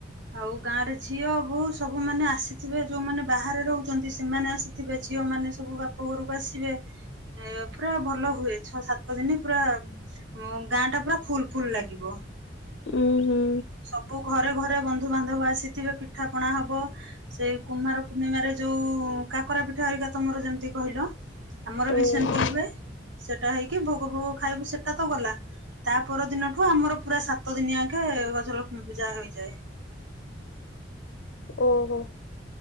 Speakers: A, on the right (about 75°); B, on the left (about 85°).
A: ଆଉ ଗାଁରେ ଝିଅ ବୋହୂ ସବୁମାନେ ଆସିଥିବେ ଯୋଉମାନେ ବାହାରେ ରହୁଛନ୍ତି ସେମାନେ ଆସିି ଥିବେ ଝିଅ ମାନେ ସବୁ ବାପଘରୁକୁ ଆସିବେ। ଏ ପୁରା ଭଲ ହୁଏ ଛଅ ସାତ ଦିନି ପୁରା ଉଁ ଗାଁଟା ପୁରା ଫୁଲ୍ ଫୁଲ୍ ଲାଗିବ
B: ଉୁଁ ହୁଁ
A: ସବୁ ଘରେ ଘରେ ବନ୍ଦ୍ ଧୁବାନ୍ଧବ ଆସିଥିବେ ପିଠା ପଣା ହବ। ସେଇ କୁମାର ପୂର୍ଣ୍ଣିମାରେ ଯୋଉ କାକରା ପିଠା ହେରିକା ତମର ଯେମତି କହିଲ ଆମର
B: ଓ
A: ବି ସେମତି ହୁଏ ସେଟା ହେଇକି ଭୋଗ ଫୋଗ ଖାଇବୁ ସେଟା ତ ଗଲା। ତା ପର ଦିନଠୁ ଆମର ପୁରା ସାତ ଦିନିଆଙ୍କେ ଗଜଲକ୍ଷ୍ମୀ ପୂଜା ହୋଇଯାଏ।
B: ଓହୋ